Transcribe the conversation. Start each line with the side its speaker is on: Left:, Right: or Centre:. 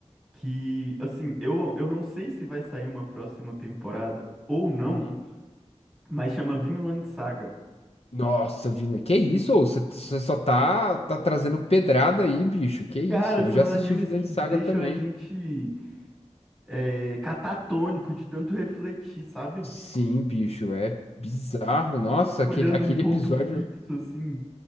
Centre: que, assim, eu, eu não sei se vai sair uma próxima temporada ou não,
Left: Uhum.
Centre: mas chama Vinland Saga.
Left: Nossa, Vina, que isso?
Centre: E,
Left: ô? Você você só tá, tá trazendo pedrada aí, bicho. Que isso?
Centre: cara,
Left: Eu
Centre: são
Left: já assisti
Centre: animes
Left: Vinland
Centre: que deixam
Left: Saga também.
Centre: a gente eh, catatônico de tanto refletir, sabe?
Left: Sim, bicho, é bizarro. Nossa, aquele,
Centre: olhando
Left: aquele
Centre: um ponto
Left: episódio.
Centre: fixo, assim,